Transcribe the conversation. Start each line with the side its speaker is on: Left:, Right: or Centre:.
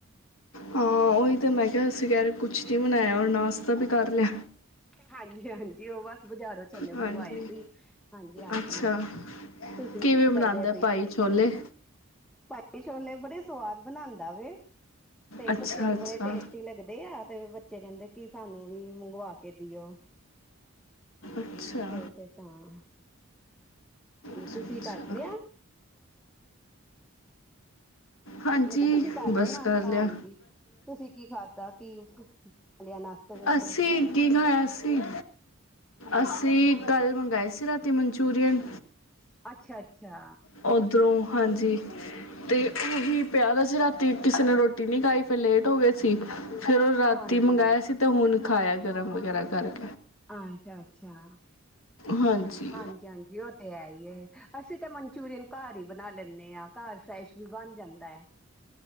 Left: ਹਾਂ, ਉਹੀ ਤਾਂ ਮੈਂ ਕਿਹਾ ਤੁਸੀ ਕਿਹ ਰਹੇ ਕੁਛ ਨੀ ਬਨਾਇਆ ਔਰ ਨਾਸਤਾ ਵੀ ਕਰ ਲਿਆ।
Centre: ਹਾਂਜੀ-ਹਾਂਜੀ, ਉਹ ਬਸ ਬਾਜ਼ਾਰੋਂ ਛੋਲੇ
Left: ਹਾਂਜੀ
Centre: ਮੰਗਵਾਏ ਸੀ, ਹਾਂਜੀ-ਹਾਂਜੀ,
Left: ਅੱਛਾ
Centre: ਤੁਸੀਂ
Left: ਕਿਵੇਂ
Centre: ਕੀ
Left: ਬਣਾਉਂਦਾ
Centre: ਕਰਦੇ ਪੇ?
Left: ਭਾਈ ਛੋਲੇ
Centre: ਪਾਈ ਛੋਲੇ ਬੜੇ ਸਵਾਦ ਬਣਾਂਦਾ ਵੇ। ਤੇ,
Left: ਅੱਛਾ
Centre: ਬੱਚਿਆਂ ਨੂੰ
Left: ਅੱਛਾ
Centre: ਬੜੇ ਟੇਸਟੀ ਲੱਗਦੇ ਆ। ਤੇ ਬੱਚੇ ਕਹਿੰਦੇ ਕਿ, ਸਾਨੂੰ ਵੀ ਮੰਗਵਾ ਕੇ ਦਿਓ।
Left: ਅੱਛਾ।
Centre: ਤੇ ਫੇਰ ਤਾਂ
Left: ਅੱਛਾ
Centre: ਤੁਸੀਂ ਕਰ ਲਿਆ?
Left: ਹਾਂਜੀ
Centre: ਮੈਂ ਕਿਹਾ ਤੁਸੀਂ ਕਰ ਲਿਆ
Left: ਬਸ
Centre: ਨਾਸ਼ਤਾਂ?
Left: ਕਰ ਲਿਆ
Centre: ਹਾਂਜੀ, ਤੁਸੀਂ ਕੀ ਖਾਧਾ ਕੀ? ਖਾ ਲਿਆ ਨਾਸ਼ਤੇ ਵਿੱਚ
Left: ਅੱਸੀ, ਕੀ ਖਾਇਆ ਸੀ? ਅੱਸ <unintelligible> ਕੱਲ੍ਹ ਮੰਗਾਏ ਸੀ ਰਾਤੀ ਮਨਚੂਰੀਅਨ
Centre: ਅੱਛਾ ਅੱਛਾ
Left: ਉਓਧਰੋਂ, ਹਾਂਜੀ। ਤੇ ਉਹੀ
Centre: ਹਾਂਜੀ
Left: ਪਿਆ ਦਾ ਸੀ ਰਾਤ ਤੇ ਕਿਸੇ ਨੇ ਰੋਟੀ ਨਹੀਂ ਖਾਈ, ਫਿਰ ਲੇਟ ਹੋ ਗਏ ਸੀ, ਫਿਰ ਉਹ ਰਾਤੀ
Centre: ਹਾਂਜੀ
Left: ਮੰਗਾਯਾ ਸੀ ਤੇ ਹੁਣ ਖਾਇਆ। ਗਰਮ ਵਗੈਰਾ ਕਰਕੇ।
Centre: ਅੱਛਾ-ਅੱਛਾ।
Left: ਹਾਂਜੀ
Centre: ਹਾਂਜੀ-ਹਾਂਜੀ, ਉਹ ਤੇ ਹੈ ਹੀ। <unintelligible> ਅਸੀਂ ਤਾਂ ਮਨਚੂਰੀਅਨ ਕਾਰ ਹੀ ਬਣਾ ਲੈਂਨੇ ਹਾਂ, ਕਾਰ ਫਰੈਸ਼ ਵੀ ਬਣ ਜਾਂਦਾ ਹੈ।